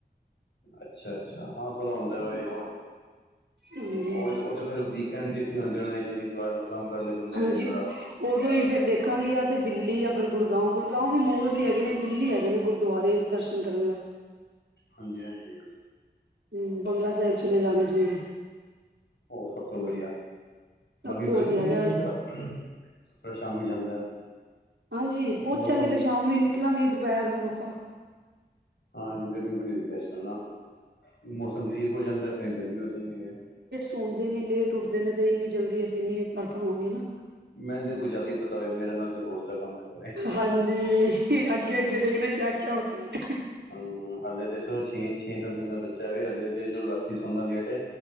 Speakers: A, on the left; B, on the right.
A: ਅੱਛਾ-ਅੱਛਾ, ਹਾਂ ਥੋੜ੍ਹਾ ਹੁੰਦਾ ਉਹ ਹੀ
B: ਹਾਂ
A: ਓ।
B: ਹਾਂਜੀ
A: ਉਹੀ ਤੇ ਉਹ ਫਿਰ ਵੀਕਐਂਡ ਦੇਖ ਕੇ ਆਉਂਦੇ ਹੁਣੇ, ਸ਼ਨੀ ਐਤਵਾਰ ਨੂੰ ਕੰਮ ਕਰ ਲਏ ਬੰਦੇ
B: ਹਾਂਜੀ
A: ਨੇ ਥੋੜਾ।
B: ਉਦੋਂ ਹੀ ਫੇਰ ਦੇਖਾਂਗੀ, ਜਾਂ ਤੇ ਦਿੱਲੀ ਜਾਂ ਫਿਰ ਗੁੜਗਾਉ, ਗੁੜਗਾਉ ਵੀ ਮੋਲ ਹੀ ਹੈਗੇ ਨੇ, ਦਿੱਲੀ ਹੈਗੇ ਨੇ ਗੁਰਦੁਆਰੇ ਦਰਸ਼ਨ ਗਰਮ
A: ਹਾਂਜੀ-ਹਾਂਜੀ।
B: ਹੂੰ, ਬੰਗਲਾ ਸਾਹਿਬ ਚਲੇ ਜਾਗੇ ਜਿਵੇਂ,
A: ਉਹ ਸਭ ਤੋਂ ਵਧੀਆ,
B: ਸਭ
A: ਬਾਕੀ
B: ਤੋਂ
A: ਗਰਮੀ
B: ਵਧੀਆ ਹੈਗਾ
A: ਚ ਹੁੰਦਾ, ਫਿਰ ਸ਼ਾਮੀ ਜਾਂਦਾ।
B: ਹਾਂਜੀ, ਪਹੁੰਚਾਂਗੇ
A: ਮੌਸਮ
B: ਤੇ ਸ਼ਾਮ ਨੂੰ ਹੀ ਨਿਕਲਾਂਗੇ ਦੁਪਹਿਰ ਨੂੰ ਆਪਾਂ।
A: ਹਾਂ, ਗਰਮੀ ਬੜੀ ਹੋਦੀ ਹੈ ਅੱਜ ਕੱਲ੍ਹ ਨਾ ਮੌਸਮ ਠੀਕ ਹੋ ਜਾਂਦਾ ਫਿਰ ਗਰਮੀ ਹੋ ਜਾਂਦੀ ਹੈ।
B: ਸੁਣਦੇ ਨੇ ਲੇਟ ਉੱਠਦੇ ਨੇ ਤੇ ਇੰਨੀ ਜਲਦੀ ਅਸੀਂ ਨੀ ਕਰ ਪਾਵਾਂਗੇ ਨਾ।
A: ਮੈਨੂੰ ਤਾਂ ਕੋ ਜ਼ਿਆ ਹੀ ਪਤਾ ਹੋਵੇ ਮੇਰੇ ਨਾਲ ਤੇ ਰੋਜ਼ ਦਾ, ਕੰਮ ਹੈਗਾ ਵੇ
B: ਹਾਂਜੀ, ਅੱਗੇ ਅੱਗੇ ਦੇਖਣਾ ਕਿਆ ਕਿਆ ਹੋਤਾ।
A: ਹੂੰ, ਹਾਲ ਦੇ ਚੋ ਛ ਛੇ ਸੱਤ ਮਹੀਨੇ ਦਾ ਬੱਚਾ ਹਲੇ ਤੇ ਜਦੋਂ ਰਾਤੀ ਸੌਦਾ ਲੇਟ ਹੈ